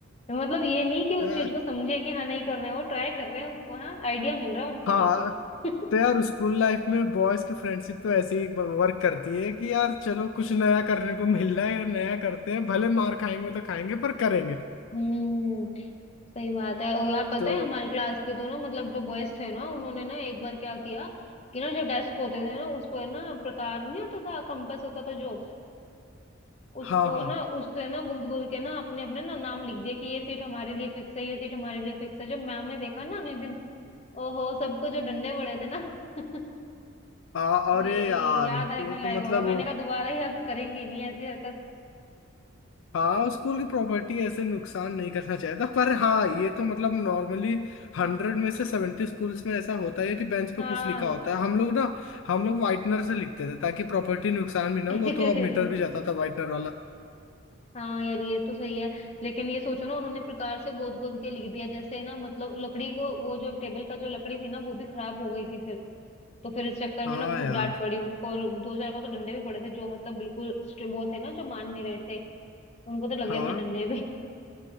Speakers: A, on the left (about 30°); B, on the left (about 70°).
A: मतलब ये नहीं कि उस
B: तो यार
A: चीज को समझे कि हाँ नहीं करना है वो ट्राई कर रहे हैं उसको हाँ आइडिया मिल रहा है उनको
B: हाँ
A: नहीं तो <laughs>
B: तो यार स्कूल लाइफ में बॉयज की फ्रेंडशिप तो ऐसे ही वर्क करती है कि यार चलो कुछ नया करने को मिल रहा है यार नया करते हैं भले मार खाएंगे तो खाएंगे पर करेंगे
A: हम्म सही बात है और यार पता
B: तो
A: है हमारे क्लास के दोनों मतलब जो बॉयज थे ना उन्होंने ना एक बार क्या किया कि ना जो डेस्क होते थे ना उस पर ना प्रकार नहीं होता था कंपास होता था जो उसको
B: हाँ हाँ
A: ना उससे ना गोद गोद के ना अपने अपने ना नाम लिख दिया कि ये सीट हमारे लिए फिक्स है ये सीट हमारे लिए फिक्स है जब मैम ने देखा ना अगले दिन ओहो सबको जो डंडे पड़े थे ना <laughs>
B: आ,
A: भाई
B: अरे यार
A: याद रखने
B: वो
A: लायक
B: तो मतलब
A: होगा मैंने कहा दोबारा ये अब करेंगे नहीं ऐसी हरकत
B: हाँ स्कूल की प्रॉपर्टी ऐसे नुकसान नहीं करना चाहिए था पर हाँ ये तो मतलब नॉर्मली हंड्रेड में से सेवेंटी स्कूल्स में ऐसा होता है कि बेंच पे
A: हाँ
B: कुछ लिखा होता है हम लोग ना हम लोग वाइटनर से लिखते थे ताकि प्रॉपर्टी नुकसान भी ना
A: <laughs>
B: हो वो तो अब मीटर भी जाता था वाइटनर वाला
A: हाँ यार ये तो सही है लेकिन ये सोचो ना उन्होंने प्रकार से गोद गोद के लिख दिया जैसे ना मतलब लकड़ी को वो जो टेबल का जो लकड़ी थी ना वो भी खराब हो गई थी फिर तो फिर इस चक्कर
B: हाँ
A: में ना खूब
B: यार
A: डांट पड़ी उनको और दो चार को तो डंडे भी पड़े थे जो मतलब बिल्कुल स्ट्रि- वो थे ना जो मान नहीं रहे थे उनको तो लगे
B: हाँ
A: थे डंडे भी